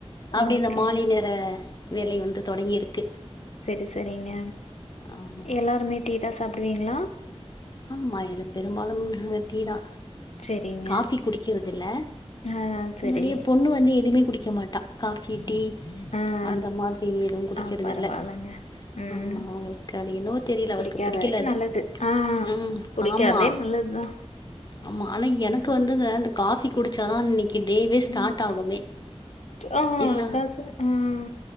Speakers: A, on the left; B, on the left.
A: அப்டி
B: ஓகே.
A: இந்த மாலை நேர வேலை வந்து தொடங்கியிருக்கு
B: சேரி சேரிங்க
A: ஆமா
B: எல்லாருமே டீ தா சாப்பிடுவீங்களா
A: ஆம்மா இதுல பெரும்பாலும் நாங்க டீதா
B: சரிங்க.
A: காஃபி குடிக்கிறதில்ல
B: ஆ சரி.
A: என்னுடைய பொண்ணு வந்து எதுமே குடிக்க மாட்டா காஃபி டீ
B: ஆ
A: அந்த மாதிரி எதுவு குடிக்கிறது
B: ஆ பரவால்லங்க.
A: இல்ல
B: ம்.
A: ஆ அவங்களுக்கு அது என்னவோ தெரியல அவளுக்கு
B: குடிக்காத
A: பிடிக்கல
B: வரைக்கும்
A: அதுஉம்
B: நல்லது. ஆ குடிக்காததே
A: ஆமா
B: நல்லதுதான்.
A: ஆமா ஆனா எனக்கு
B: ம்.
A: வந்துங்க அந்த காபி குடிச்சாதா அன்னைக்கு டேவே ஸ்டார்ட்
B: ம்.
A: ஆகுமே
B: ஆ
A: இல்ல
B: அதான் ச உம்